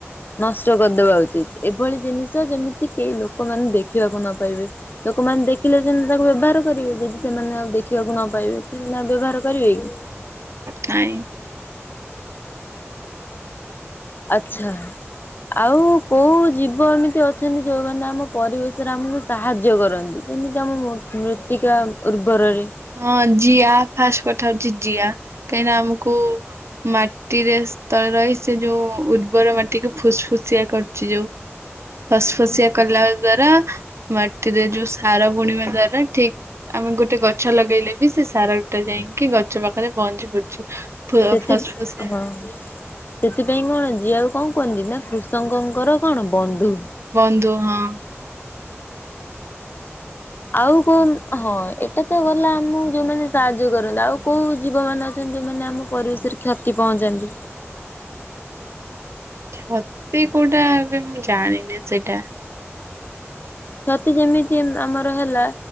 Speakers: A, on the left; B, on the right.
A: ନଷ୍ଟ କରିଦବା ଉଚିତ। ଏଭଳି ଜିନିଷ ଯେମିତି କେହି ଲୋକମାନେ ଦେଖିବାକୁ ନ ପାଇବେ। ଲୋକମାନେ ଦେଖିଲେ ଯେ ତାକୁ ବ୍ୟବହାର କରିବେ ଯଦି ସେମାନେ ଆଉ ଦେଖିବାକୁ ନ ପାଇବେ ସେ ବ୍ୟବହାର କରିବେ କି?
B: ନାଇଁ
A: ଆଚ୍ଛା ଆଉ କୋଉ ଜୀବ ଏମିତି ଅଛନ୍ତି ଯୋଉମାନୋନ ଆମ ପରିବେଶରେ ଆମକୁ ସାହାଯ୍ୟ କରନ୍ତି ଯେମିତି ଆମ ମୃତ୍ତିକା ଉର୍ବରରେ
B: ହଁ ଜିଆ ଫାଷ୍ଟ କଥା ହଉଛି ଜିଆ କାହିଁକି ନା ଆମକୁ ମାଟିରେ ସ୍ଥଳେ ରହି ସେ ଯୋଉ ଉର୍ବର ମାଟିକୁ ଫୁସଫୁସିଆ କରୁଛି ଯୋଉ। ଫସଫସିଆ କଲା ଦ୍ଵାରା ମାଟିରେ ଯୋଉ ସାର ବୁଣିବା ଦ୍ଵାରା ଠିକ ଆମେ ଗୋଟେ ଗଛ ଗଛ ଲଗେଇଲେ ବି ସେ ସାର ଟା ଯାଇକି ଗଛ ପାଖରେ ପହଞ୍ଚି ପଡୁଛି ଫ
A: ସେଥି
B: ଫସଫସିଆ
A: ହଁ ସେଥିପାଇଁ କଣ ଜିଆ କୁ କଣ କୁହନ୍ତି ନା କୃଷକଙ୍କର କଣ ବନ୍ଧୁ।
B: ବନ୍ଧୁ ହଁ।
A: ଆଉ କୋଉ ହଁ ଏଇଟା ତ ଗଲା ଆମକୁ ଯୋଉମାନେ ସାହାଯ୍ୟ କରନ୍ତି ଆଉ କୋଉ ଜୀବ ମାନେ ଅଛନ୍ତି ଯୋଉମାନେ ଆମ ପରିବେଶରେ କ୍ଷତି ପହଞ୍ଚାନ୍ତି।
B: <unintelligible> କୋଉଟା ଏବେ ମୁଁ ଜାଣିନି ସେଇଟା।
A: କ୍ଷତି ଯେମିତି ଆମର ହେଲା।